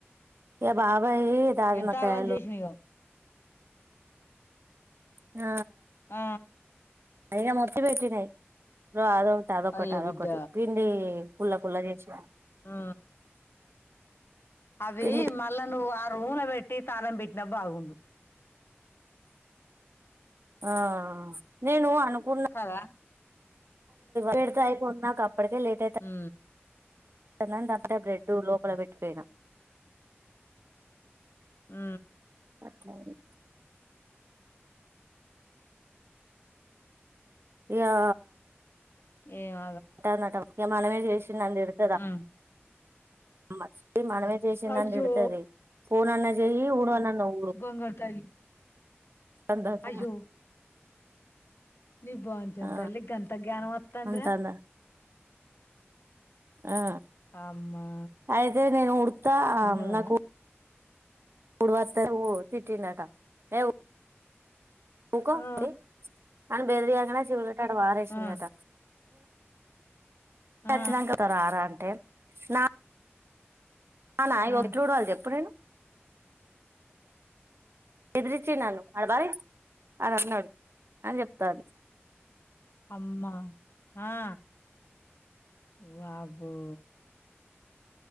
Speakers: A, on the right (about 65°); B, on the left (about 60°).
A: ఏ బాబాయ్ దాజమకాయలు
B: ఎంత ఆగాం చేసినాయో
A: ఆ
B: ఆ
A: అయినా మొత్తి పెట్టినాయి అదొకటి అదొకటి
B: అయ్యో
A: అదొకటి
B: బిడ్డ
A: పిండి కుల్లా కుల్లా చేసిన
B: ఆ అవి
A: పిండి
B: మళ్ళా నువ్వు ఆ రూమ్ల పెట్టి తాళం పెట్టిన బాగుండు
A: ఆ నేను అనుకున్నా
B: కదా
A: పెడితే అయిపో నాకు అప్పటికే లేట్ అయి
B: ఉ
A: ద అక్కేడే బ్రెడ్ లోపల పెట్టిపోయినా
B: ఉ
A: అట్లా అయింది ఇగా
B: ఏమో
A: అంటుందట ఇగ మనమే చేసినని తీ
B: ఆ
A: మ మనమే చేసిందని
B: అయ్యో
A: తిడుతది ఫోన్ అన్నా చెయ్యి ఉడువనన్న ఉడువు
B: బంగారు తల్లి
A: అంటుందట
B: అయ్యో నీ బాంచన్
A: ఆ
B: తల్లి గంతా జ్ఞన వత్తాందిరా
A: అంటంద ఆ
B: అమ్మా
A: అయితే నేను ఉడుత్త
B: చూసినవా
A: నాకు ఉడువత్తే ఉడువు తిట్టిండట ఏ ఊకో
B: ఆ
A: పోయి అని బెదిరింగానే చీపురు కట్ట ఆడ పారేసిందట
B: ఆ ఆ
A: వచ్చినాంక రారా అంటే నా అ నా ఎట్లా
B: ఆ
A: ఉడువాలే చూడు చెప్పు నేను బెదిరిచ్చిండు నన్ను ఆడ పారేయ్ అని అన్నాడు అని చెప్తాంది
B: అమ్మా ఆ వవ్వో